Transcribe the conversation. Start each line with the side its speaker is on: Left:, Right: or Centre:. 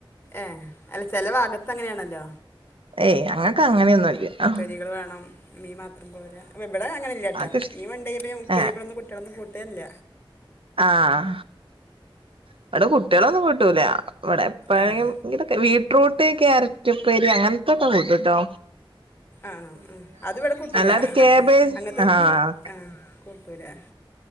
Left: ഏഹ് അല്ല ചെല ഭാഗത്തങ്ങനെണല്ലോ.
Right: ഏയ് ഞങ്ങക്കങ്ങനെയൊന്നുല്ല.
Left: ട്ടികള് വേണം മീൻ മാ ത്രം പോരാ ഇവടെ അങ്ങനല്ലട്ടോ
Right: അതൊക്കെ ഇഷ്
Left: മീന്ണ്ടേല് പിന്നെ ഉപ്പേരികളൊന്നും
Right: ഏഹ്
Left: കുട്ടിളൊന്നും കൂട്ടേല്ല.
Right: ആഹ്. ഇവടെ കുട്ടികളൊന്നും കൂട്ടൂല ഇവടെ ഇപ്പായും
Left: ആഹ്
Right: വീട്ട്റൂട്ട് ക്യാര റ്റ് ഇപ്പേരി അങ്ങൻത്തൊക്കെ കൂട്ടുട്ടൊ.
Left: ആണോ അത് വടെ കൂട്ടൂലാ
Right: അല്ലാതെ കാബേജ്
Left: അങ്ങൻത്തൊന്നും.
Right: ആഹ്
Left: കൂട്ടൂലാ.